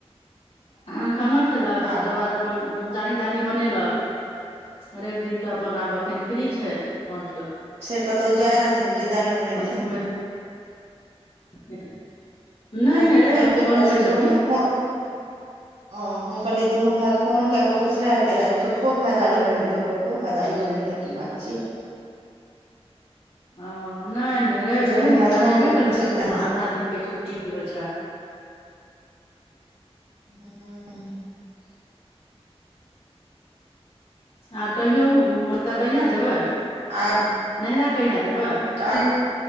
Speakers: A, on the left (about 70°); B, on the right (about 65°).
A: अहाँ खाना खेल कऽ
B: आ
A: तकर बाद अपन दाढ़ी ताढ़ी बनेलक रैव दिन कऽ अपन आब एखन फ्री छैय साँझ कऽ
B: से कतौ जाय रहथिन कि दाढ़ी बनेलखिन
A: घुमै फिरै नहि
B: आइ
A: नहि रवि
B: आइ की
A: कऽ
B: बात
A: बनबै
B: छैय दुनू
A: छथिन
B: भाय फोन <inaudible> हँ हम कहलियै दुनू भाय फोन कय कऽ पुछले हेतय आइ छोटको भाय दाढ़ी बनेलकै बड़ को भाय दाढ़ी बनेलकै की बात छियै
A: हँ नै नै रैव
B: दुनू
A: रहै न हिनका
B: भाय फोन
A: रैबे
B: पर
A: कऽ न
B: पुछले हेथिन
A: आधा दिन केँ छुट्टी होय छै
B: <unintelligible>
A: आर कहियो ओतऽ कहिया जेबै
B: आर
A: नैहरा कहिया जेबै
B: काल्हि